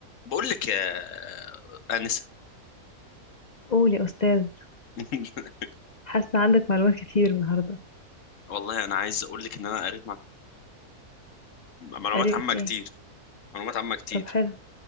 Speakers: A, on the left; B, on the left.
A: بقول لك يا انسه
B: قول يا أستاذ
A: <laughs>
B: حاسة عندك معلومات كتير النهاردة
A: والله انا عايز اقول لك ان انا قريت مع... معلومات
B: قريت
A: عامه كتير
B: ايه
A: معلومات عامه كتير
B: طب حلو